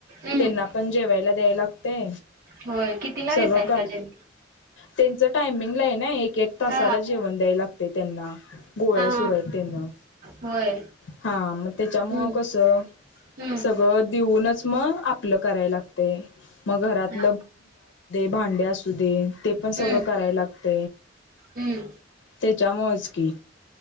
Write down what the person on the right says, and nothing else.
हम्म
होय कितीला
देेतय
सजे
हा
हा हा
होय
हम्म
हम्म
हा
हम्म
हम्म